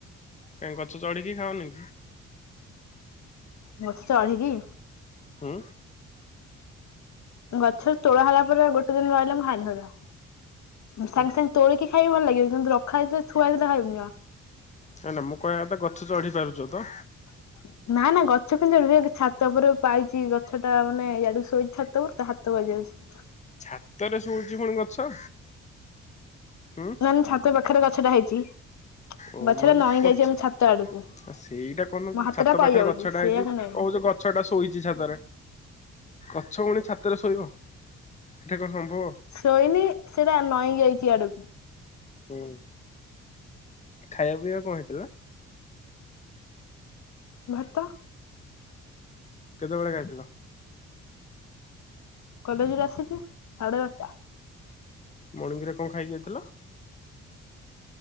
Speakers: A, on the left; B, on the left.
A: କହିଁକି ଗଛ ଚଢିକି ଖାଓନି?
B: ଗଛ ଚଢିକି
A: ହୁଁ।
B: ଗଛରୁ ତୋଳ ହେଲା ପରେ ଗୋଟେ ଦିନ ରହିଲା ମୁଁ ଖାଏନି ସାଙ୍ଗେ
A: ହୁଁ
B: ସାଙ୍ଗେ ତୋଳିକି ଖାଇ ବି ଭଲ ଲାଗିବ କିନ୍ତୁ ରଖା ହେଇଥିବ ଥୁଆ ହେଇଥିଲେ ଖାଇବିନି ଜମା।
A: ନା ନା ମୁଁ କହିବା କଥା ଗଛ ଚଢି ପାରୁଛ ତ?
B: <inaudible> ନା ନା ଗଛ କେମତି ଚଢ଼ିବି ଛାତ ଉପରେ ପାଇଛି ଗଛ ଟା ମାନେ ୟାଡୁକୁ ଶୋଇଛି ଛାତ ଉପରକୁ ହାତ ପାଇ ଯାଉଛି।
A: ଛାତରେ ଶୋଉଛି ପୁଣି ଗଛ ହୁଁ
B: ଆମ ଛାତ ପାଖରେ ଗଛଟା ହେଇଛି।
A: ଓ ମୁଁ
B: ଗଛଟା
A: ଭାବିଲି
B: ନଈଁ
A: କଞ୍ଚ
B: ଯାଇଛି ଆମ ଛାତ ଆଡକୁ
A: ସେଇଟା କହନୁ
B: ମୋ ହାତ
A: ଛାତ
B: ଟା ପାଇଯାଉଛି
A: ପାଖରେ ଗଛଟା
B: ସେଇଆକୁ
A: ହେଇଛି
B: ନେଇକି
A: କୋଉଛ ଗ ଗଛ ଟା ଶୋଇଛି ଛାତରେ ଗଛ ପୁଣି ଛାତରେ ଶୋଇବ। ହେଟା କଣ ସମ୍ଭବ।
B: ଶୋଇନି ସେଟା ନଇଁ ଯାଇଚି ଇଆଡକୁ।
A: ହୁଁ ଖାଇବା ପିଇବା କଣ ହେଇଥିଲା?
B: ଭାତ।
A: କେତେବେଳେ ଖାଇଥିଲ?
B: କଲେଜରୁ ଆସିଚି ସାଢ଼େ ବାରଟା।
A: ମର୍ଣିଙ୍ଗ୍ ରେ କଣ ଖାଇକି ଯାଇଥିଲ?